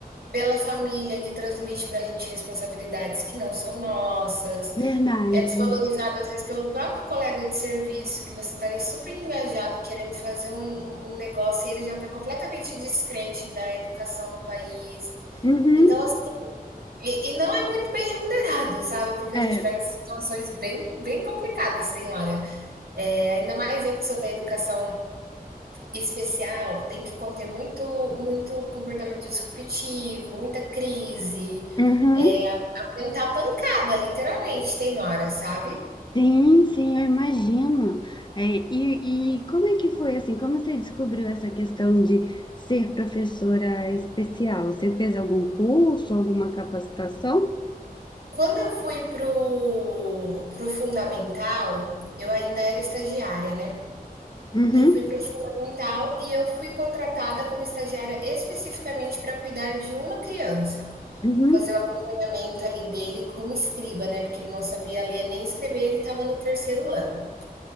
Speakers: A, on the right; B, on the left.
A: pela família que transmite para a gente responsabilidades que não são nossas.
B: Verdade.
A: é desvalorizado às vezes pelo próprio colega de serviço, que você está ali super engajado, querendo fazer um, um- um negócio, e ele já está completamente descrente da educação no país.
B: Uhum.
A: Então, assim, e, e não é muito bem remunerado, sabe? Porque
B: É.
A: a gente pega situações bem, bem complicadas, tem hora. É, ainda mais eu que sou da educação especial, tem que conter muito, muito comportamento disruptivo, muita crise,
B: Uhum.
A: é, aguentar pancada, literalmente, tem hora, sabe?
B: Sim, sim, eu imagino. É, e, e como é que foi assim? Como você descobriu essa questão de ser professora especial? Você fez algum curso, alguma capacitação?
A: Quando eu fui pro pro fundamental, eu ainda era estagiária, né.
B: Uhum.
A: Eu fui pro fundamental e eu fui contratada como estagiária especificamente para cuidar de uma criança,
B: Uhum.
A: fazer o acompanhamento ali dele como escriba, né, porque ele não sabia ler nem escrever, ele estava no terceiro ano.